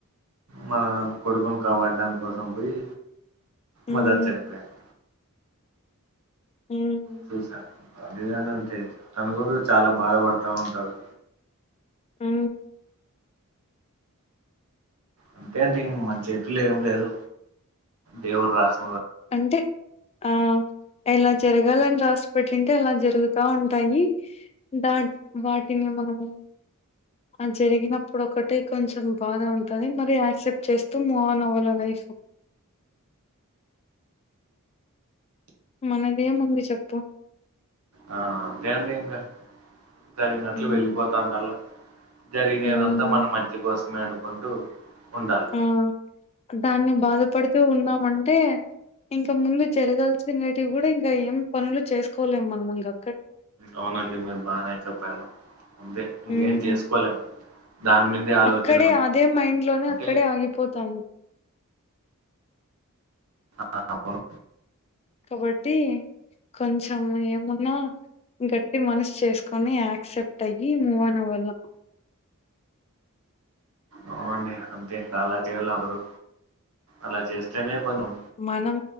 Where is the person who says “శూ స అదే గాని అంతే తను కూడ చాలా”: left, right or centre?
Right